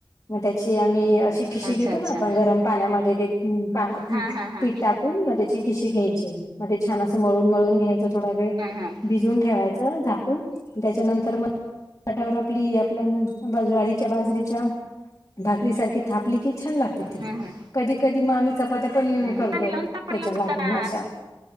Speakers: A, on the left; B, on the right.
A: मग त्याची आम्ही अशी खिशी
B: अच्छा
A: घेतो
B: अच्छा
A: ना आपण गरम पाण्यामध्ये ते पा
B: हा हा हा
A: पीठ टाकून, मग त्याची खिशी घ्यायची, मग ते छान असं मळून मळून घ्याय च थोडा वेळ,
B: हा हा हा
A: भिजून ठेवायचं झाकून त्याच्यानंतर म पाटावर आपली आपल्या बा ज्वारीच्या बाजरीच्या भाकरी सारखी थापली की छान लागते. ती
B: हा हा
A: कधी कधी मग आम्ही चपात्या पण
B: हा हा
A: करतो,
B: पाणी लावून
A: त्याच्या
B: ताप पाणी लावून
A: लाटून
B: थापता का
A: अशा.